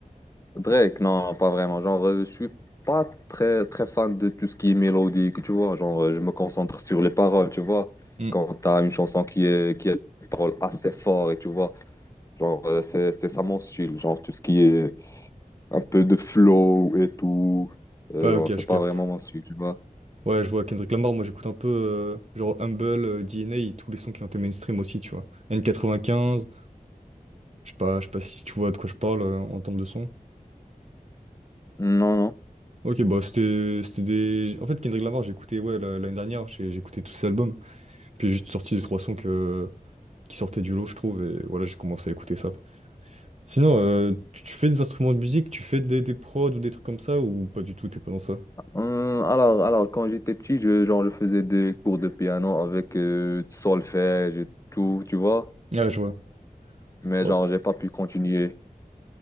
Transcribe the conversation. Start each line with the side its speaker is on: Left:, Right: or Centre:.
Left: Drake, non, non, pas vraiment. Genre, euh, je suis pas très, très fan de tout ce qui est mélodique, tu vois. Genre, euh, je me concentre sur les paroles, tu vois.
Right: Hmm.
Left: Quand t'as une chanson qui est, qui a des paroles assez fortes, et tu vois. Genre, euh, c'est, c'est ça mon style. Genre, tout ce qui est un peu de flow et tout. Euh,
Right: Ouais,
Left: genre,
Right: ok,
Left: c'est
Right: je
Left: pas
Right: capte.
Left: vraiment mon style, tu vois.
Right: Ouais, je vois Kendrick Lamar, moi j'écoute un peu euh, genre Humble, euh, DNA, et tous les sons qui ont été mainstream aussi, tu vois. N95, je sais pas, je sais pas si tu vois de quoi je parle euh, en termes de son.
Left: Non, non.
Right: Ok, bah c'était c'était des... En fait, Kendrick Lamar, j'ai écouté, ouais, la- l'année dernière, j'ai j'ai écouté tous ses albums. Puis j'ai juste sorti deux, trois sons que... qui sortaient du lot, je trouve, et voilà, j'ai commencé à écouter ça. Sinon, euh, tu tu fais des instruments de musique, tu fais des, des prods ou des trucs comme ça, ou pas du tout, t'es pas dans ça?
Left: Hum, alors, alors, quand j'étais petit, je, genre, je faisais des cours de piano avec euh, du solfège et tout, tu vois.
Right: Ah, je vois.
Left: Mais
Right: Ok,
Left: genre, j'ai pas pu continuer.